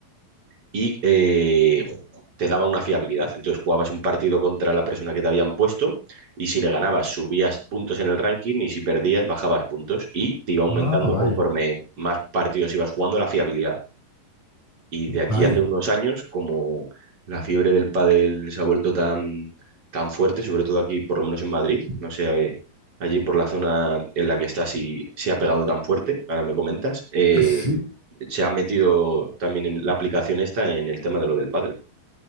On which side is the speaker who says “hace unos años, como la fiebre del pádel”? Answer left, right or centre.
Right